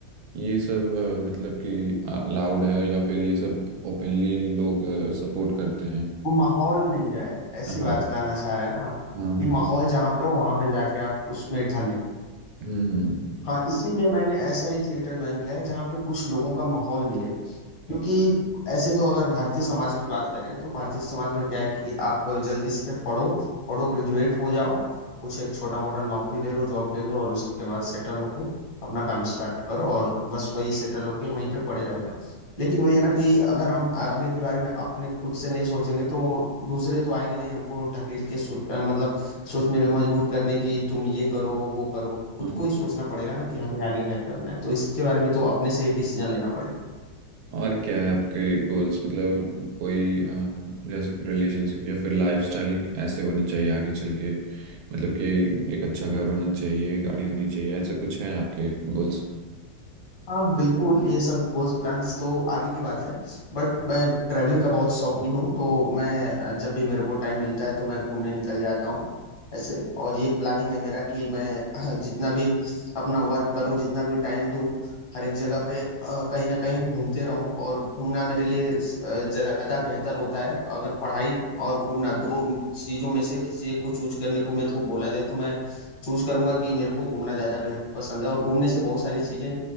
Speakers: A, on the right; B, on the left.
A: ये सब अ, मतलब कि अलाउड है या फिर ये सब ओपनली लोग सपोर्ट करते हैं
B: माहौल मिल जाए ऐसी
A: हाँ
B: बात
A: हाँ
B: कहना चाह रहे हैं ना आप
A: हाँ
B: कि माहौल जहाँ पे हो वहां पे जाके आप उसमें ढले
A: हम्म
B: हाँ इसीलिए मैंने ऐसा ही थिएटर ज्वाइन किया है जहाँ पे कुछ लोगों का माहौल मिले क्योंकि ऐसे तो अगर भारतीय समाज की बात करें तो भारतीय समाज में क्या है कि आप जल्दी से पढ़ो पढ़ो ग्रेजुएट हो जाओ कुछ एक छोटा मोटा नौकरी ले लो जॉब ले लो और उसके बाद सेटल होके अपना काम स्टार्ट करो और बस वही सेटल होके वहीं पे पड़े रह जाओ लेकिन वही है ना कि अगर हम आगे के बारे में अपने खुद से नहीं सोचेंगे तो दूसरे तो आएंगे नहीं हमको ढकेल के सोच अ, मतलब सोचने पे मजबूर करने की तुम ये करो वो करो खुद
A: हम्म
B: को ही सोचना पड़ेगा ना कि हमें आगे क्या करना है तो इसके बारे में तो अपने से ही डिसीजन लेना पड़ेगा
A: और क्या है आपके गोल्स मतलब कोई अम, जैसे कि रिलेशनशिप या फिर लाइफस्टाइल ऐसे होने चाहिए आगे चल के मतलब कि एक अच्छा घर होना चाहिए गाड़ी होनी चाहिए ऐसे कुछ है आपके गोल्स
B: हाँ बिल्कुल ये सब गोल्स प्लान्स तो आगे की बात है बट मैं ट्रैवलिंग का बहुत शौकीन हूँ तो मैं अ, जब भी मेरे को टाइम मिलता है तो मैं घूमने निकल जाता हूँ ऐसे और ये प्लानिंग है मेरा कि मैं अ, जितना भी अपना वर्क करूँ जितना भी टाइम दूँ हर एक जगह पे अ, कहीं ना कहीं घूमते रहूँ और घूमना मेरे लिए अ, ज़्यादा बेहतर होता है अगर पढ़ाई और घूमना दो चीज़ों में से किसी एक को चूज करने को मेरे को बोला जाए तो मैं चूज करूंगा कि मेरे को घूमना ज़्यादा बेहद पसंद है और घूमने से बहुत सारी चीज़ें